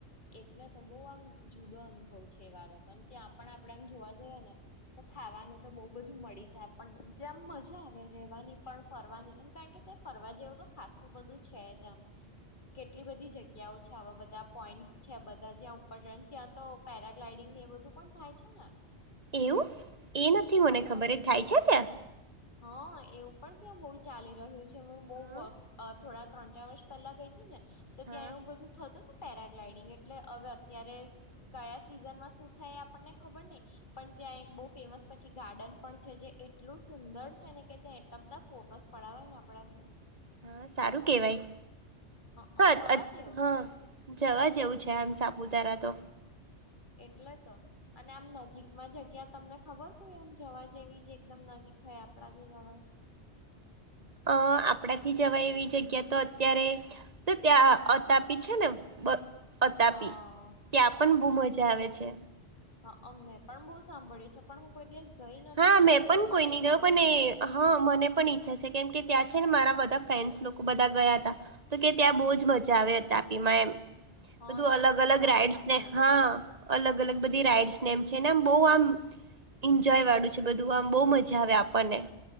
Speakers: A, on the left (about 45°); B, on the right (about 35°).
A: એટલે તો બહું આમ જુદો અનુભવ છે એ વારો તો ત્યાં પણ આપણે આમ જોવા જઈએ ને તો ખાવાનું તો બહુ બધું મળી જાય પણ ત્યાં આમ મજા આવે રહેવાની પણ ફરવાની કારણ કે તે ફરવા જેવું તો ખાસું બધું છે જ આમ કેટલી બધી જગ્યાઓ છે આવા બધા પોઈન્ટ છે બધા જ્યાં ઉપર રન ત્યાં તો પેરાગ્લાઇડિંગ ને એ બધું પણ થાય છે ને
B: એવું એ નથી
A: હ
B: મને ખબર
A: અ
B: એ થાય છે ત્યા
A: હા એવું પણ ત્યાં બહુ ચાલી રહ્યું છે હું બઉ
B: હા
A: થોડા ત્રણ ચાર વર્ષ પેલા ગઈ હતી ને તો
B: હા
A: ત્યાં એવું બધું થતું હતું પેરાગ્લાઈડિંગ એટલે હવે અત્યારે કયા સિઝન માં શું થાય એ આપણને ખબર નહિ પણ ત્યાં એક બહુ ફેમસ પછી ગાર્ડન પણ છે જે એટલું જ સુંદર છે ને કે ત્યાં એટલા બધા ફોટોસ પડાવવાય ને આપડા કે
B: હા સારું કેહેવાય
A: હઅ
B: હ
A: જવા
B: અ
A: જેવું
B: હ
A: છે
B: જવા જેવું છે આમ સાપુતારા તો
A: એટલે તો અને આમ નજીકમાં જગ્યા તમને ખબર કોઈ આમ જવા જેવી જે એકદમ નજીક હોય આપણાથી જવાય
B: અ આપણાથી જવા એવી જગ્યા તો અત્યારે તો ત્યાં અતાપી છે ને બ અ તાપી
A: હા
B: ત્યાં પણ બહુ મજા આવે છે.
A: હ અ અમે પણ બહુ સાંભળ્યું છે પણ હું કોઈ દિવસ ગઈ નથી
B: હા મેં
A: પણ
B: કોઈ
A: મને
B: નહી
A: ઈચ્છા
B: ગયો પણ
A: છે.
B: એ હા મને પણ ઈચ્છા છે કેમ કે ત્યાં છે ને મારા બધા ફ્રેન્ડસ લોકો બધા ગયા હતા. તો કે ત્યાં બહુ જ મજા આવે અ તાપીમાં એમ.
A: હા
B: બધું
A: ત્યાં
B: અલગ
A: બધી
B: અલગ
A: રાઈડ્સ
B: રાઈડસ ને હા.
A: બધું
B: અલગ અલગ બધી રાઈડસ ને એમ છે ને આમ બહુ આમ જય વાળું છે બધું આમ બહુ મજા આવે આપણને